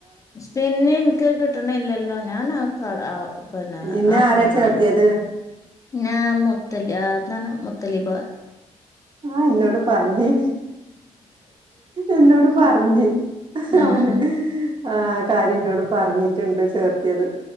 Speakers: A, on the left (about 25°); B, on the right (about 35°).
A: പിന്നെ എനിക്ക് കിട്ടണില്ലല്ലോ ഞാൻ ആ കള ആ പിന്നെ
B: നിന്നെ
A: ആപ്പന്നെ
B: ആരാ ചേർത്തിയത്
A: കളഞ്ഞു ഞാ മുത്തല എന്താണ് മുത്തലിബ്
B: ആഹ ഇന്നോട് പറഞ്ഞി എന്നോട് പറഞ്ഞി
A: ആഹ്
B: അവന് ആ കാര്യം എന്നോട് പറഞ്ഞിട്ടുണ്ട് ചേർത്തിയത്